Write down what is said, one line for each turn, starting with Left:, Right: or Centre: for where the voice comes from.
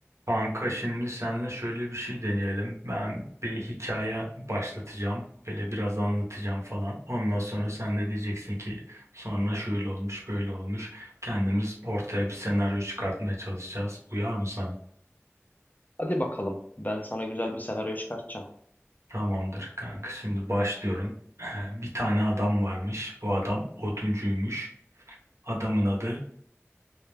Right: Kanka şimdi senle şöyle bir şey deneyelim. Ben bir hikaye başlatacağım. Böyle biraz anlatacağım falan. Ondan sonra sen de diyeceksin ki sonra şöyle olmuş, böyle olmuş. Kendimiz ortaya bir senaryo çıkartmaya çalışacağız. Uyar mı sana?
Left: Hadi bakalım. Ben sana güzel bir senaryo çıkartacağım.
Right: Tamamdır kanka şimdi başlıyorum. Ee, Bir tane adam varmış. Bu adam oduncuymuş. Adamın adı